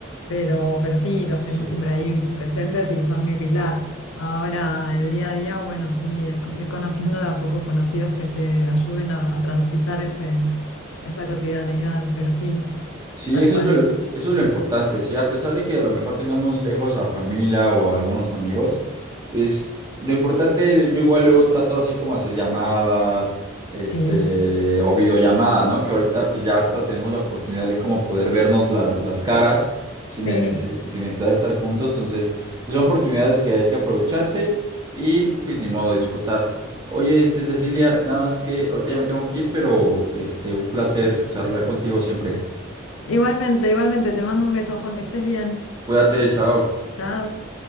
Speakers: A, on the left; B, on the right.
A: pero, pero sí, los
B: Sí.
A: tengo siempre ahí presentes y son mi pilar. Ahora, el día a día, bueno, sí, es co- ir conociendo de a poco conocidos que te ayuden a, a transitar ese, esa cotidianeidad, pero sí,
B: Sí,
A: tal
B: eso
A: cual.
B: es lo, eso es lo importante, sí, a pesar de que a lo mejor tengamos lejos a familia o a algunos amigos, pues lo importante, yo igual luego trato así como hacer llamadas, este,
A: Sí,
B: o videollamada, ¿no? Que ahorita pues ya hasta tenemos la oportunidad de como poder vernos la- las caras sin
A: sí.
B: necesi- sin necesidad de estar juntos, entonces pues son oportunidades que hay que aprovecharse y pues ni modo disfrutar. Oye, este, Cecilia, nada más que ahorita ya me tengo que ir, pero este, un placer charlar contigo siempre.
A: Igualmente, igualmente, te mando un beso, Juan, que estés bien.
B: Cuídate, chao.
A: Chao.